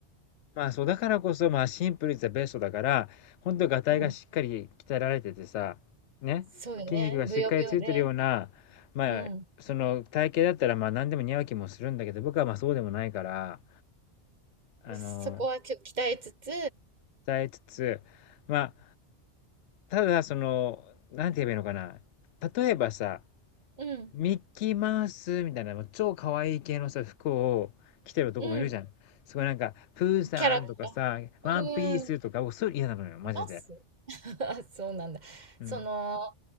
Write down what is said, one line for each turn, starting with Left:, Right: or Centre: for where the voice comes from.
Left: まあそう、だからこそ、まあシンプルイズはベストだから、本当ガタイがしっかり鍛えられててさ、
Right: うん。
Left: ね、
Right: そうよね。
Left: 筋肉がしっかりついてるような、
Right: ぶよぶよで。
Left: まあ、
Right: うん。
Left: その体型だったらまあ何でも似合う気もするんだけど、僕はまあそうでもないから、あの、
Right: そこはちょっと鍛えつつ、
Left: 伝えつつ、まあ、ただその、なんて言えばいいのかな。例えばさ、
Right: うん。
Left: ミッキーマウスみたいな、もう超可愛い系のさ、服を着てる男もいるじゃん。
Right: うん。
Left: すごいなんか、プーさんとかさ、
Right: キャラクタ
Left: ワンピースとか、
Right: ー。
Left: 僕そういうの嫌なのよ、マジで。
Right: います <laughs> そうなんだ。
Left: うん。
Right: その、